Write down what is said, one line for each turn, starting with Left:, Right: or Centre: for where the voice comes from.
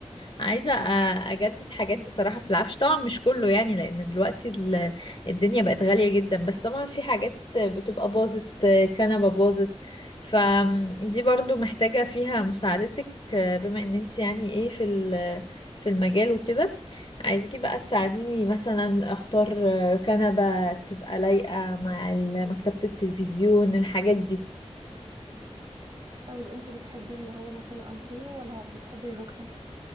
Left: عايزة أ- اجدد حاجات بصراحة في العفش طبعا مش كله يعني لان دلوقتي ال- الدنيا بقت غالية جدا بس طبعا في حاجات بتبقى باظت كنبة باظت فدي برضو محتاجة فيها مساعدتك آه، بما ان انت يعني ايه في ال- في المجال وكده عايزاكي بقى تساعديني مثلا اختار كنبة تبقى لايقة مع ال- مكتبة التلفزيون الحاجات دي
Right: طيب انتي بتحبي اللي هو مثلا الأنتريه ولا بتحبي الركنة؟